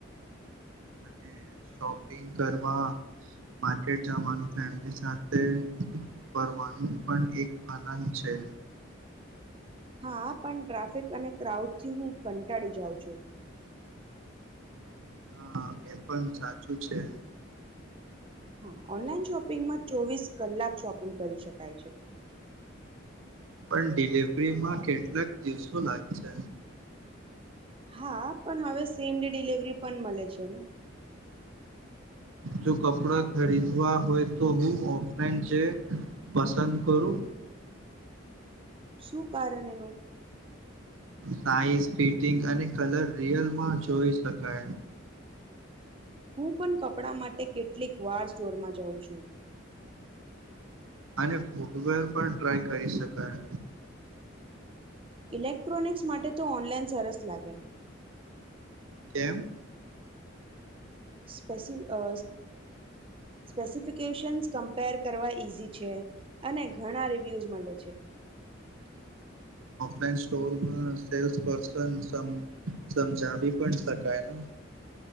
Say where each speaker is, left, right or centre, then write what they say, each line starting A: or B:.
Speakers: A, on the right; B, on the right.
A: અને શોપિંગ કરવા માર્કેટ જવાનું ફેમિલી સાથે ફરવાનું પણ એક આનંદ છે.
B: હા, પન ટ્રાફિક અને ક્રાઉડથી હું કંટાળી જાઉં છું.
A: હા, એ પન સાચું છે.
B: હા, ઓનલાઈન શોપિંગમાં ચોવીસ કલાક શોપિંગ કરી શકાય છે.
A: પન ડિલેવરીમાં કેટલાક દિવસો લાગશે.
B: હા, પન હવે સેમ ડે ડિલેવરી પન મલે છે.
A: જો કપડાં ખરીદવા હોય તો હું ઓફલાઈન જે પસંદ કરુ
B: શું કારણ એનું
A: સાઈઝ ફિટિંગ અને કલર રિયલમાં જોઈ શકાય.
B: હું પન કપડાં માટે કેટલીક વાર સ્ટોરમાં જાઉં છું.
A: અને ફૂટવેર પણ ટ્રાય કરી શકાય.
B: ઇલેક્ટ્રોનિક્સ માટે તો ઓનલાઈન સરસ લાગે.
A: કેમ?
B: સ્પેસી અ સ્પેસિફિક કેસન્સ કમ્પેર કરવા ઈઝી છે અને ઘણા રિવ્યુઝ મળે છે.
A: મેન સ્ટોર સેલ્સર્ન સમજાવી પણ શકાય ને.